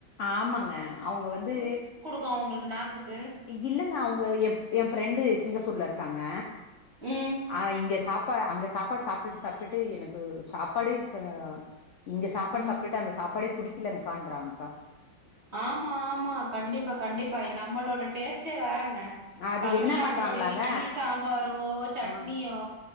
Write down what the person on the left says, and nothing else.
ஆமாங்க அவுங்க வந்து
இல்லங்க அவுங்க என் என் ஃப்ரெண்டு சிங்கப்பூர்ல இருக்காங்க
அ இங்க சாப்பா அங்க சாப்பாடு சாப்ட்டுட்டு சாப்ட்டுட்டு எனக்கு சாப்பாடே சா இங்க சாப்பாடு
சாப்ட்டுட்டு அந்த சாப்பாடே புடிக்கலங்க்கான்றாங்க்கா
அது
என்ன பண்றாங்களாங்க
ஆ